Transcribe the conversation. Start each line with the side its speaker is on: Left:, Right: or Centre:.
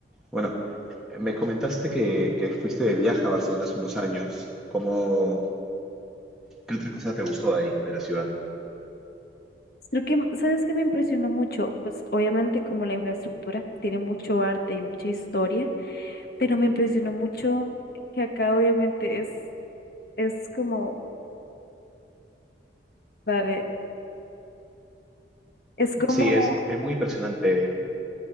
Centre: bueno, me comentaste que, que fuiste de viaje a Barcelona hace unos años. ¿Cómo, ¿Qué otra cosa te gustó de ahí, de la ciudad?
Left: Creo que, ¿sabes qué me impresionó mucho? Pues obviamente como la infraestructura tiene mucho arte y mucha historia, pero me impresionó mucho que acá obviamente es, es como, vale, es como,
Centre: Sí, es, es muy impresionante.